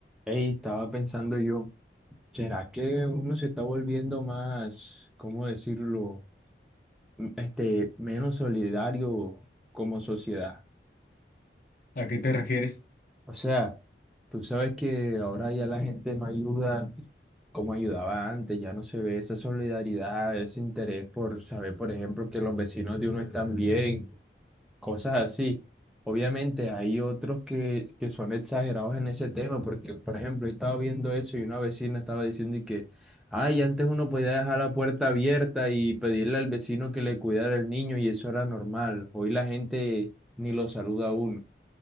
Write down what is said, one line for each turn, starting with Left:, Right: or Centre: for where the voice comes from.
Centre: Ey, estaba pensando yo, ¿será que uno se está volviendo más, cómo decirlo, m- este, menos solidario como sociedad?
Left: ¿A qué te refieres?
Centre: O sea, tú sabes que ahora ya la gente no ayuda como ayudaba antes, ya no se ve esa solidaridad, ese interés por saber, por ejemplo, que los vecinos de uno están bien cosas así. Obviamente hay otros que, que son exagerados en ese tema, porque por ejemplo, he estado viendo eso y una vecina estaba diciendo y que, ay, antes uno podía dejar la puerta abierta y pedirle al vecino que le cuidara el niño y eso era normal. Hoy la gente ni lo saluda a uno.